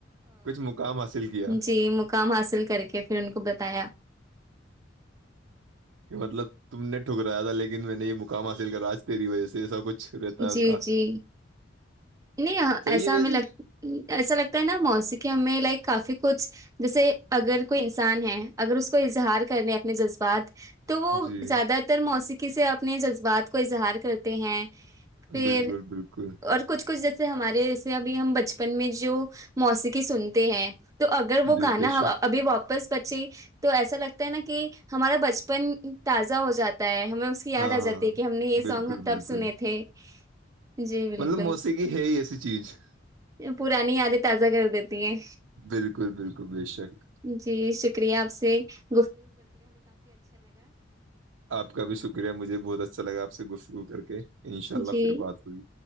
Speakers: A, on the right; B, on the right.
A: کچھ مقام حاصل کیا
B: جی مقام حاصل کر کے پھر ان کو بتایا
A: کہ مطلب تم نے ٹھکرایا تھا لیکن میں نے یہ مقام حاصل کرا آج تیری وجہ سے ایسا کچھ رہتا ہے
B: جی
A: ان کا
B: جی نہیں
A: صحیح
B: ایسا
A: ہے ویسے
B: ہمیں لگ ایسا لگتا ہے نا موسیقی ہمیں لائک کافی کچھ جیسے اگر کوئی انسان ہے اگر اس کو اظہار کرنے اپنے جذبات تو وہ
A: جی
B: زیادہ تر موسیقی سے آپ اپنے جذبات کو اظہار کرتے ہیں پھر
A: بالکل بالکل
B: اور کچھ کچھ جیسے ہمارے جیسے ابھی ہم بچپن میں جو موسیقی سنتے ہیں تو اگر وہ
A: جی
B: گانا
A: بے شک
B: ابھی واپس بچے تو ایسا لگتا نا کہ ہمارا بچپن تازہ ہو جاتا ہے ہمیں اس کی یاد
A: ہاں
B: آ
A: ہاں
B: جاتی ہے کہ ہم نے یہ
A: بالکل
B: سانگ تب
A: بالکل
B: سنے تھ ہ <unintelligible> جی بالکل
A: مطلب موسیقی ہے ہی ایسی چیز
B: پرانی یادیں تازہ کر دیتے ہیں
A: بالکل بالکل بے شک
B: جی شکریہ آپ سے سے
A: آپ کا بھی شکریہ مجھے بہت اچھا لگا آپ سے گفتگو کر کے انشاءاللہ
B: جی
A: پھر بات ہوئی